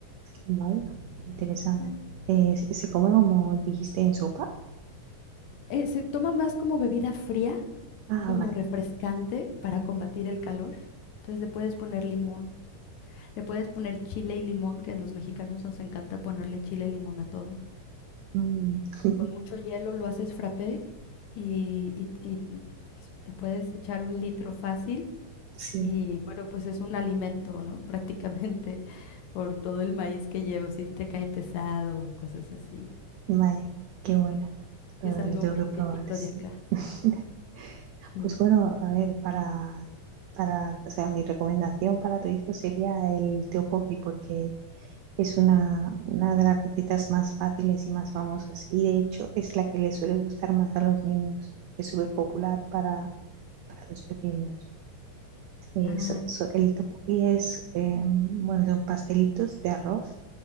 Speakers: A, on the right (about 85°); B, on the left (about 75°).
A: vaya, qué interesante.
B: Ujú.
A: Eh, ¿se se come como dijiste en sopa?
B: Eh, se toma más como bebida fría,
A: Ah,
B: como
A: vale.
B: refrescante para combatir el calor. Entonces le puedes poner limón, le puedes poner chile y limón, que a los mexicanos nos encanta ponerle chile y limón a todo.
A: Mm, <laughs>
B: Con mucho hielo lo haces frappé y, y y, pues, te puedes echar un litro fácil
A: sí,
B: Y bueno, pues es un alimento, ¿no? <laughs> Prácticamente por todo el maíz que lleva, si te cae pesado, cosas así.
A: vaya, qué bueno. Lo,
B: Y Es algo
A: lo tengo
B: muy
A: que probar,
B: típico
A: sí.
B: de acá.
A: <laughs>
B: Sí.
A: Pues bueno, a ver, para, para, o sea, mi recomendación para tu hijo sería el tteokbokki porque es una, una de las recetas más fáciles y más famosas y de hecho es la que le suele gustar más a los niños. Es súper popular para para los pequeños. Sí,
B: Ay,
A: so- so- el tteokbokki es, eh, bueno, son pastelitos de arroz.